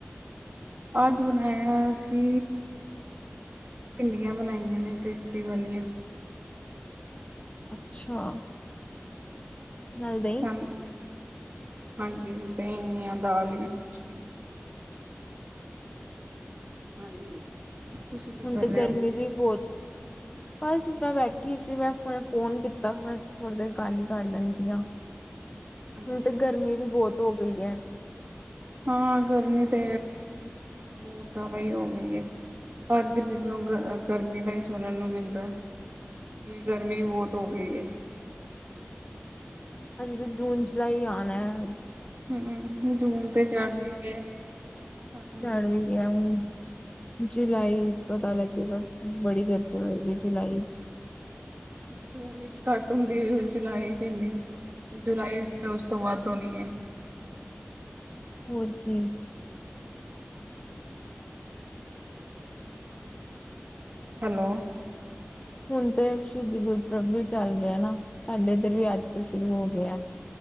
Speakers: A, on the right; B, on the left.
A: ਅੱਜ ਬਣਾਇਆ ਸੀ ਭਿੰਡੀਆਂ ਬਣਾਈਆਂ ਨੇ ਕ੍ਰਿਸਪੀ ਵਾਲੀਆਂ
B: ਅੱਛਾ ਨਾਲ ਦਹੀ
A: ਹਾਂਜੀ ਹਾਂਜੀ <unintelligible> ਹਾਂਜੀ ਤੁਸੀਂ ਕੀ
B: ਹੁਣ
A: ਕਰ
B: ਤੇ
A: ਰਹੇ
B: ਗਰਮੀ
A: ਹੋ
B: ਵੀ ਬਹੁਤ ਬਸ ਮੈਂ ਬੈਠੀ ਸੀ ਮੈਂ ਹੁਣੇ ਫੋਨ ਕੀਤਾ ਹੁਣ ਥੋੜ੍ਹੀ ਦੇਰ ਗੱਲ ਹੀ ਕਰ ਲੈਂਦੀ ਆ ਹੁਣ
A: ਅੱਛਾ
B: ਤੇ ਗਰਮੀ
A: ਜੀ
B: ਵੀ ਬਹੁਤ ਹੋ ਗਈ ਹੈ
A: ਹਾਂ ਗਰਮੀ ਤੇ ਬਹੁਤ ਜ਼ਿਆਦਾ ਹੀ ਹੋ ਗਈ ਹੈ ਪਰ ਕਿਸੇ ਕੋਲੋਂ ਗਰਮੀ ਦਾ ਹੀ ਸੁਣਨ ਨੂੰ ਮਿਲਦਾ ਗਰਮੀ ਬਹੁਤ ਹੋ ਗਈ ਹੈ।
B: ਅਜ ਤਾਂ ਜੂਨ ਜੁਲਾਈ ਆਉਣਾ ਹੈ
A: ਹਮ ਜੂਨ ਤੇ ਚੜ ਵੀ ਗਿਆ ਹਾਂਜੀ
B: ਝੜ ਵੀ ਗਿਆ ਹੁਣ ਜੁਲਾਈ ਵਿੱਚ ਪਤਾ ਲੱਗੇਗਾ ਬੜੀ ਗਰਮੀ ਹੋ ਰਹੀ ਹੈ ਜੁਲਾਈ
A: ਜੂਨ ਵਿੱਚ ਘੱਟ ਹੁੰਦੀ ਹੈ ਜੁਲਾਈ ਚ ਇੰਨੀ ਜੁਲਾਈ ਉਸ ਤੋਂ ਵੱਧ ਹੋਣੀ ਹੈ
B: ਹੋਰ ਕੀ
A: ਹੈਲੋ
B: ਹੁਣ ਤੇ ਸ਼ਹੀਦੀ ਗੁਰਪ੍ਰਬ ਵੀ ਚੱਲ ਰਿਹਾ ਨਾ ਸਾਡੇ ਇੱਧਰ ਵੀ ਅੱਜ ਤੋਂ ਸ਼ੁਰੂ ਹੋ ਗਿਆ